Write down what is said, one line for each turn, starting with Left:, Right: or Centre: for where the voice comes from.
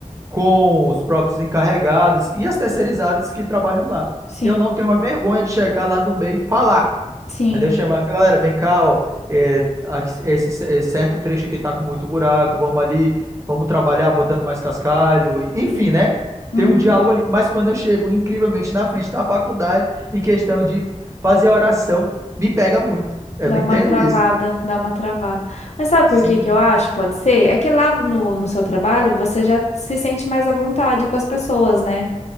Right: com os próprios encarregados e as terceirizadas que trabalham lá.
Left: Sim.
Right: Eu não tenho uma vergonha de chegar lá no meio e falar,
Left: Sim.
Right: entendeu? Chamar, galera, vem cá, ó, é, aqui- esse, esse certo trecho aqui tá com muito buraco, vamos ali, vamos trabalhar botando mais cascalho, e- enfim,
Left: Sim.
Right: né?
Left: Uhum.
Right: Tem um diálogo ali. Mas quando eu chego, incrivelmente, na frente da faculdade, em questão de fazer a oração, me pega muito. Eu
Left: Dá
Right: não entendo
Left: uma travada,
Right: isso.
Left: dá uma travada. Mas sabe
Right: Sim.
Left: por que que eu acho? Pode ser? É que lá no, no seu trabalho você já se sente mais à vontade com as pessoas, né?